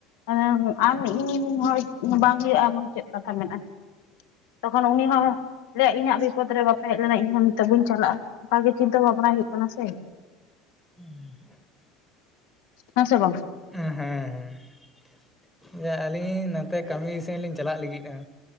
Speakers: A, on the left; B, in the centre.
A: ᱮᱸ ᱟᱢ ᱤᱧ ᱦᱚᱲ ᱵᱟᱝ ᱦᱩᱭᱩᱜᱼᱟ ᱮᱢᱚᱱ ᱪᱮᱫ ᱠᱟᱛᱷᱟ ᱢᱮᱱᱟᱜᱼᱟ, ᱛᱚᱠᱷᱚᱱ ᱩᱱᱤ ᱦᱚᱸ ᱞᱟᱹᱭᱟ ᱤᱧᱟᱹᱜ ᱵᱤᱯᱚᱫ ᱨᱮ ᱵᱟ ᱵᱟᱯᱮ ᱦᱮᱡ ᱞᱮᱱᱟ ᱤᱧ ᱦᱚᱸ ᱱᱤᱛᱚᱜ ᱵᱟᱧ ᱪᱟᱞᱟᱜᱼᱟ, ᱚᱱᱠᱟ ᱜᱮ ᱪᱤᱱᱛᱟᱹ ᱵᱷᱟᱵᱱᱟᱭ ᱦᱩᱭᱩᱜ ᱠᱟᱱᱟ ᱥᱮ᱾
B: <inaudible>
A: ᱦᱮᱸ ᱥᱮ ᱵᱟᱸᱝ?
B: ᱟᱸ ᱦᱮᱸᱢ, ᱟᱹᱞᱤᱧ ᱱᱚᱛᱮ ᱠᱟᱹᱢᱤ ᱥᱮᱱ ᱞᱤᱧ ᱪᱟᱞᱟᱜ ᱞᱟᱹᱜᱤᱫᱜᱼᱟ᱾